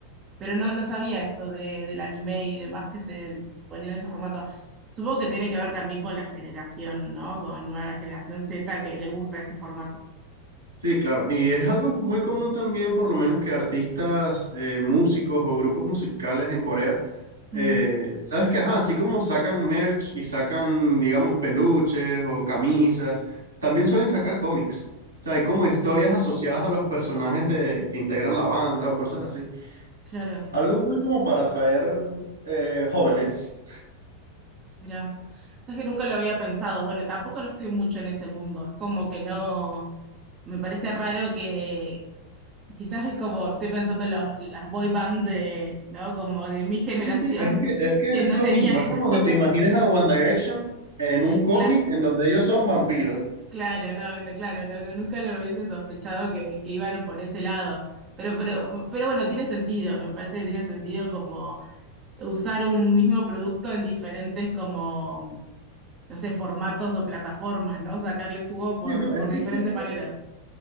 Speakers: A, on the right; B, on the right.
A: Pero no, no sabía esto de, del anime y demás que se ponía en ese formato. Supongo que tiene que ver también con la generación, ¿no? Con nueva generación Z que le gusta ese formato.
B: Sí, claro. Y es algo muy común
A: Mm.
B: también, por lo menos, que artistas, eh, músicos o grupos musicales en Corea, eh,
A: Mm,
B: sabes que, ajá, así como sacan merch y sacan, digamos, peluches o camisas, también suelen sacar cómics. O sea, hay como historias
A: mira,
B: asociadas a los personajes de, que integran la banda o cosas así.
A: claro,
B: Algo muy como para atraer eh, jóvenes.
A: mira. Sabes que nunca lo había pensado. Bueno, tampoco no estoy mucho en ese mundo. Es como que no, me parece raro que quizás es como estoy pensando en los, las boy band de, ¿no? Como de mi generación,
B: Y sí, es que, es que
A: que
B: es
A: no
B: lo
A: tenían
B: mismo. Es
A: esas
B: como
A: cosas.
B: que te imagines a One Direction en
A: <laughs>
B: un cómic
A: Claro,
B: en donde ellos son vampiros.
A: claro, no, no, claro, no, no, nunca lo hubiese sospechado que, que iban por ese lado. Pero, pero, pero bueno, tiene sentido, me parece que tiene sentido como usar un mismo producto en diferentes como no sé, formatos o plataformas, ¿no? Sacarle jugo por,
B: Sí, no,
A: por
B: es que
A: diferentes
B: siempre,
A: maneras.